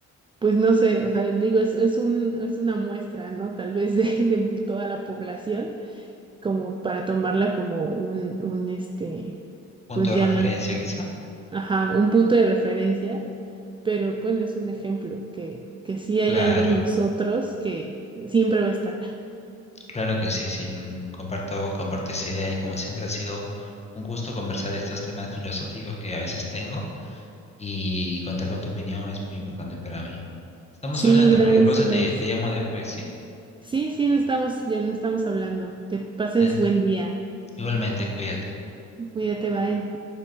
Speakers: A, on the right (about 15°); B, on the left (about 20°).
A: pues no sé, o sea, digo, es, es un, es una muestra, ¿no? Tal vez de, <laughs> de toda la población, como para tomarla como un, un, este,
B: Punto
A: pues
B: de
A: ya,
B: referencia quizá.
A: ajá, un punto de referencia, pero bueno, es un ejemplo, que, que sí hay
B: Claro.
A: algo en nosotros que siempre va a estar.
B: Claro que sí, sí, mm, comparto, comparto esa idea y como siempre ha sido un gusto conversar estos temas filosóficos que a veces tengo y contar con tu opinión es muy importante para mí. Estamos
A: Sí,
B: hablando,
A: gracias.
B: cualquier cosa te, te llamo después, ¿sí?
A: Sí, sí, no estamos, ya no estamos hablando. Que pases
B: Dale,
A: buen día.
B: igualmente, cuídate.
A: Cuídate, bye.